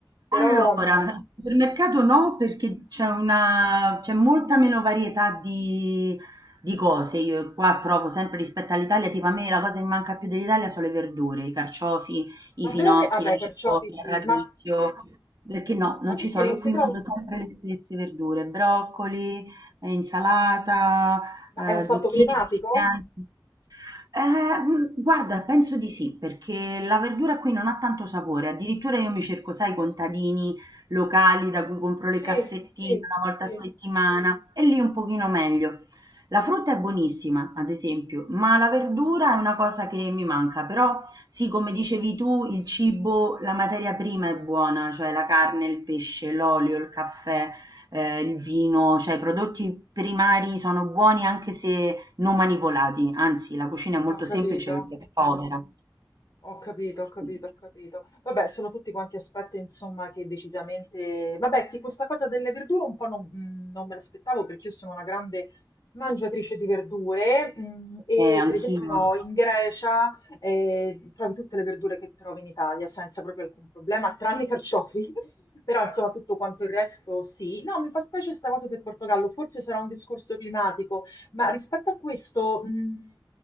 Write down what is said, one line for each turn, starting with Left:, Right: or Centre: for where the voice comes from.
Left: però,
Right: Allora,
Left: mh,
Right: al supermercato no, perché c'è una, c'è molta meno varietà di, di cose. Io qua trovo sempre rispetto all'Italia, tipo a me la cosa che mi manca più dell'Italia sono le verdure, i carciofi, i
Left: ma
Right: finocchi,
Left: veramente, vabbè,
Right: la
Left: i
Right: cicoria,
Left: carciofi sì,
Right: il radicchio.
Left: ma,
Right: Perché no, non
Left: ma perché
Right: ci so,
Left: non
Right: io
Left: si
Right: qui
Left: trova?
Right: mangio sempre le stesse verdure, broccoli, eh, insalata,
Left: Ma
Right: eh,
Left: è un fatto
Right: zucchine
Left: climatico?
Right: giganti. Ehm, guarda, penso di sì, perché la verdura qui non ha tanto sapore, addirittura io mi cerco,
Left: Mm.
Right: sai, i contadini locali da cui compro
Left: Sì,
Right: le cassettine
Left: sì,
Right: una
Left: sì.
Right: volta a settimana e lì un pochino meglio. La frutta è buonissima, ad esempio, ma la verdura è una cosa che mi manca, però sì, come dicevi tu, il cibo, la materia prima è buona, cioè la carne, il pesce, l'olio, il caffè, eh, il vino, cioè i prodotti primari sono buoni anche se non manipolati, anzi la cucina è molto
Left: Ho
Right: semplice
Left: capito,
Right: perché è povera.
Left: ho capito, ho capito,
Right: Sì.
Left: ho capito. Vabbè, sono tutti quanti aspetti, insomma, che decisamente... Vabbè, sì, questa cosa delle verdure un po' non, mm, non me l'aspettavo perché io sono una grande mangiatrice di verdure mm, e
Right: Eh, anch'io.
Left: per esempio no, in Grecia eh, trovi tutte le verdure che trovi in Italia senza proprio alcun problema, tranne i carciofi. <laughs> Però insomma tutto quanto il resto sì. No, mi fa specie questa cosa del Portogallo, forse sarà un discorso climatico Ma rispetto a questo, mh,